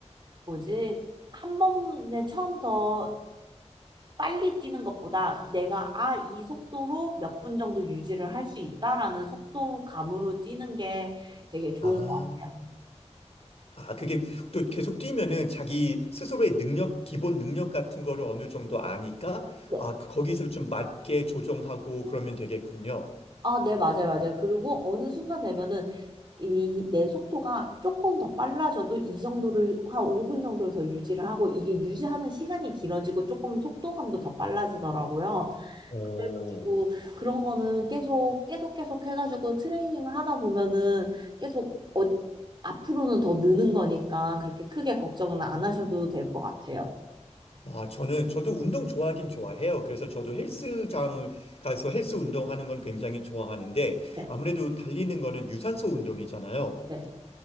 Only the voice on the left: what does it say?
아,
아, 그게 또 계속 뛰면은 자기 스스로의 능력, 기본 능력 같은 거를 어느 정도 아니까,
아, 그 거기서 좀 맞게 조정하고 그러면 되겠군요.
오,
아, 저는, 저도 운동 좋아하긴 좋아해요. 그래서 저도 헬스장 가서 헬스 운동하는 건 굉장히 좋아하는데,
아무래도 달리는 거는 유산소 운동이잖아요.